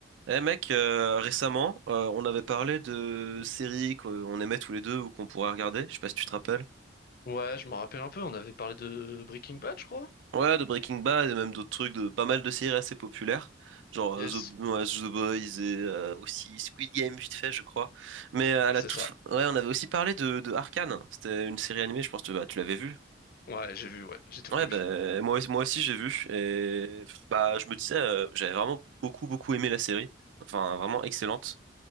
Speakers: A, on the right (about 85°); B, on the left (about 50°).
A: Eh mec, euh, récemment, euh, on avait parlé de séries qu'on aimait tous les deux ou qu'on pourrait regarder, je sais pas si tu te rappelles.
B: Ouais, je me rappelle un peu, on avait parlé de Breaking Bad, je crois.
A: Ouais, de Breaking Bad et même d'autres trucs, de pas mal de séries assez populaires, genre
B: Yes.
A: euh, The, ouais, The Boys et euh, aussi Squid Game vite fait, je crois. Mais
B: Bon,
A: euh, à la
B: c'est
A: toute,
B: ça.
A: fin- ouais, on avait aussi parlé de, de Arcane. C'était une série animée, je pense que bah, tu l'avais vue.
B: Ouais, j'ai vu, ouais, j'ai tout
A: Ouais,
B: vu.
A: bah, moi, aussi- moi aussi j'ai vu et bah je me disais, euh, j'avais vraiment beaucoup beaucoup aimé la série, enfin vraiment excellente.